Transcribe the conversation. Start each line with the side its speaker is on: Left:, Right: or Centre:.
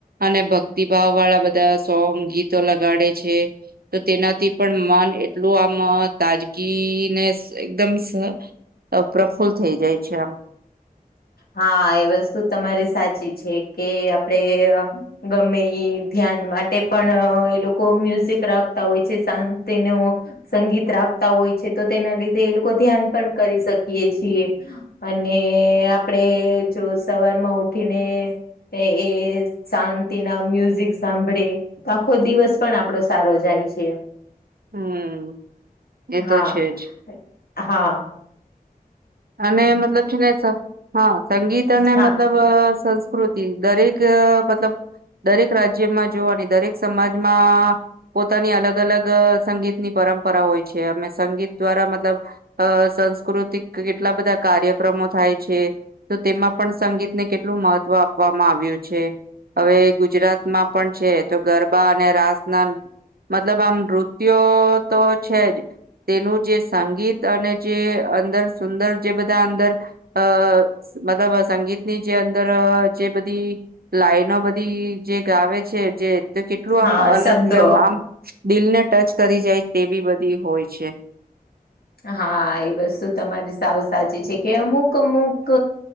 Right: અને ભક્તિભાવ વાળા બધા સોંગ ગીતો લગાડે છે. તો તેનાથી પણ મન એટલું આમ તાજગીને એકદમ સાચું છે. અપ્રફુલ્લ થઈ જાય છે, આમ
Left: હાએ વસ્તુ તમારી સાચી છે, કે આપડે ગમે એ ધ્યાન માટે પણ એ લોકો મ્યુઝિક રાખતા હોય છે, શાંતિનો સંગીત રાખતા હોય છે, તો તેના લીધે એ લોકો ધ્યાન પણ કરી શકીએ છીએ. અને આપડે જો સવારમાં ઉઠીને, એ શાંતિના મ્યુઝિક સાંભળે, તો આખો દિવસ પણ આપડો સારો જાય છે.
Right: હમ્મ એ
Left: હા,
Right: તો છે જ.
Left: હા.
Right: અને મતલબ છે, નેહા સંગીત અને
Left: હા
Right: મતલબ બસ, કૃતિ દરેક મતલબ દરેક રાજ્યમાં જોવાની દરેક સમાજમાં, પોતાની અલગ- અલગ સંગીતની પરંપરા હોય છે. અમે સંગીત દ્વારા મતલબ અમે સાસ્કૃતિક કેટલા બધા કાર્યક્રમો થાય છે. તો તેમાં પણ સંગીતને કેટલું મહત્વ આપવામાં આવ્યું છે. હવે ગુજરાતમાં પણ છે, તો ગરબા અને રાસના. મતલબ આમ નૃત્યોતો છે, જ તેનું જે સંગીત અને જે અંદર સુંદર જે બધા અંદર, અ મતલબ સંગીતની જે અંદર જે બધી, લાઈનો બધી જે ગાવે છે, જેતે કેટલું
Left: હા
Right: આમ અલગ
Left: શબ્દો
Right: આમ આમ, દિલ ને ટચ કરી જાય તેવી બધી હોય છે.
Left: હા એ વસ્તુ તમારી સાવસાચી છે, કે અમુક- અમુક.